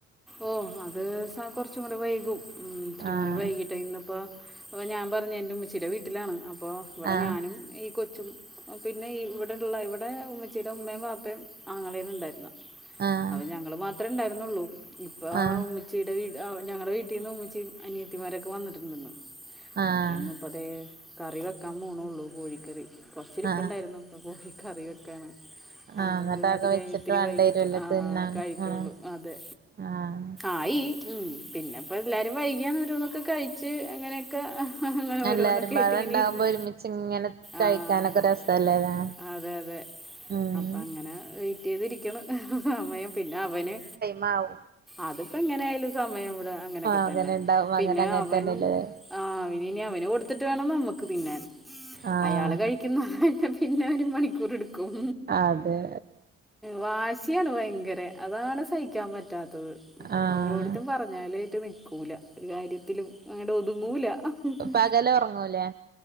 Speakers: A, in the centre; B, on the right (about 30°).
A: ഓ അത് സ കുറച്ചും കൂടി വൈകും ഇത്തിരി
B: ആഹ്
A: കൂടി വൈകീട്ടാ ഇന്നിപ്പ ഓ അപ്പൊ ഞാൻ പറഞ്ഞു എന്റെ ഉമ്മച്ചിടെ വീട്ടിലാണ് അപ്പോ ഇവിടെ
B: ആഹ്
A: ഞാനും ഈ കൊച്ചും പിന്നെ ഇവിടുള്ള ഇവിടെ ഉമ്മച്ചീടെ ഉമ്മയും വാപ്പയും ആങ്ങളേയുണ് ഉണ്ടായിരുന്ന
B: ആഹ്
A: അപ്പ ഞങ്ങള് മാത്രേ ഇണ്ടായിരുന്നുള്ളൂ ഇപ്പ ഉമ്മ
B: ആഹ്
A: ഉമ്മിച്ചിയുടെ വീ ഞങ്ങളുടെ വീട്ടിൽ നിന്ന് ഉമ്മിച്ചി അനിയത്തിമാരൊക്കെ വന്നിട്ടുണ്ട് ഇന്ന്
B: ആഹ്
A: അപ്പം ഇന്ന് പ്പ ദേ കറി വെക്കാൻ പോണെഉള്ളൂ കോഴിക്കറി കുറച്ചിരിപ്പ്ണ്ടായിരുന്നു
B: ആഹ്
A: ഇപ്പോ കോഴി കറി വെക്കാന് അപ്പ
B: ആഹ് എന്നിട്ടതൊക്കെ
A: പിന്നെ അത് കഴിഞ്ഞു
B: വെച്ചിട്ട്
A: ഇത്തിരി
B: വേണ്ടി
A: വൈകിട്ട്
B: വരുവല്ലേ
A: ആഹ്
B: തിന്നാൻ
A: കഴിക്കുള്ളൂ
B: ആഹ്
A: അതെ
B: ആഹ്
A: ആയി ഉം പിന്നെപ്പോ എല്ലാരും വൈകിയാണ്‌ ഓരോന്നൊക്കെ കഴിച്ച് അങ്ങനെക്ക അങ്ങനെ ഓരോന്നൊക്കെ
B: എല്ലാരും പാടെ
A: ആയിട്ടിങ്ങനെ
B: ഉണ്ടാവുമ്പോ
A: ഇരുന്നു
B: ഒരുമിച്ച് ഇങ്ങനെ കഴിക്കാനൊക്കെ
A: ആഹ്
B: രസല്ലേല്ലേ
A: അതെ അതെ
B: ഉം
A: അപ്പം അങ്ങനെ വെയിറ്റ് ചെയ്തിരിക്കിണ് സമയം പിന്നെ അവന്
B: മാവൂ
A: അതിപ്പോ എങ്ങനെ ആയാലും സമയം ഇവിടെ അങ്ങനെയൊക്കെ
B: അങ്ങനെ
A: തന്നെ
B: ഉണ്ടാവും
A: പിന്നെ
B: അങ്ങനെ അങ്ങനെ
A: അവൻ
B: തന്നെല്ലേ
A: ആഹ് പിന്നിനീ അവന് കൊടുത്തിട്ട് വേണം നമ്മുക്ക് തിന്നാൻ
B: ആഹ്
A: അയാള് കഴിക്കുന്നത് പിന്നെ പിന്നെ ഒരു മണിക്കൂർ എടുക്കും
B: അതെ
A: വാശിയാണ് വയങ്കരെ അതാണ് സഹിക്കാൻ പറ്റാത്തത്
B: ആഹ്
A: ഒരോട്ത്തും. പറഞ്ഞാലായിട്ട് നിക്കൂല്ല ഒരു കാര്യത്തിലും അങ്ങട്ട് ഒതുങ്ങൂല്ല. He he.
B: പകല് ഉറങ്ങൂലേ